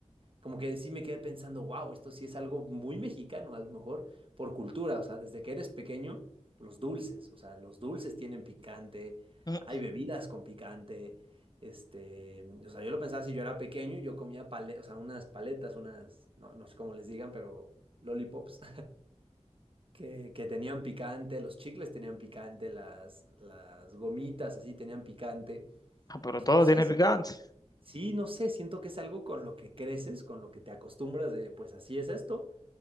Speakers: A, on the right; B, on the left.
A: como que sí me quedé pensando, wow, esto sí es algo muy mexicano, a lo mejor por cultura, o sea, desde que eres pequeño, los dulces, o sea, los dulces tienen picante,
B: mm.
A: hay bebidas con picante. Este, o sea, yo lo pensaba si yo era pequeño, yo comía pale, o sea, unas paletas, unas, no, no sé cómo les digan, pero lollipops que, que tenían picante, los chicles tenían picante, las, las gomitas así tenían picante.
B: Ah, pero
A: Entonces,
B: todo
A: no sé,
B: tiene
A: si-
B: picante.
A: sí, no sé, siento que es algo con lo que creces, con lo que te acostumbras de, pues así es esto.